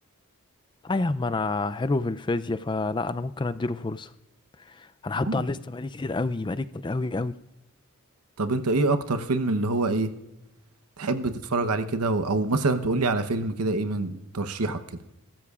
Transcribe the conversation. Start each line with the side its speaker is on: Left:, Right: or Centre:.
Left: لا يا عم انا حلو في الفيزياء فلا انا ممكن اديله فرصة انا حاطه
Right: مم.
Left: على الليسته بقالي كتير قوي بقالي كتير قوي قوي
Right: طب انت ايه اكتر فيلم اللي هو ايه تحب تتفرج عليه كده و- او مثلا تقول لي على فيلم كده ايه من ترشيحك كده